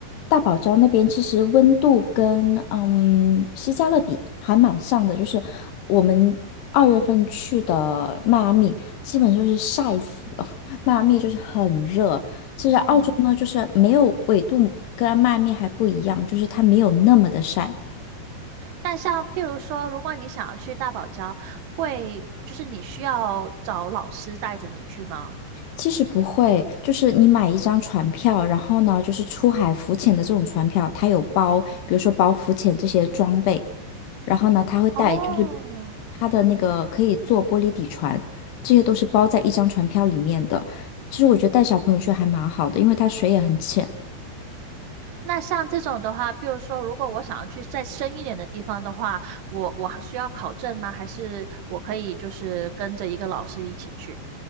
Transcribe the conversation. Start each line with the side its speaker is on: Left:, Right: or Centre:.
Left: 大堡礁那边其实温度跟嗯西加勒比还蛮像的，就是我们二月份去的迈阿密，基本就是晒死了。<laughs> 迈阿密就是很热，其实澳洲呢就是没有纬度跟迈阿密还不一样，
Right: 嗯。
Left: 就是它没有那么的晒。
Right: 但像譬如说，如果你想要去大堡礁，会就是你需要找老师带着你去吗？
Left: 其实不会，就是你买一张船票，然后呢，就是出海浮潜的这种船票，它有包，比如说包浮潜这些装备。然后呢，他会带就是
Right: 哦，
Left: 他的那个可以坐玻璃底船，这些都是包在一张船票里面的。其实我觉得带小朋友去还蛮好的，因为它水也很浅
Right: 那像这种的话，譬如说，如果我想要去再深一点的地方的话，我我还需要考证吗？还是我可以就是跟着一个老师一起去？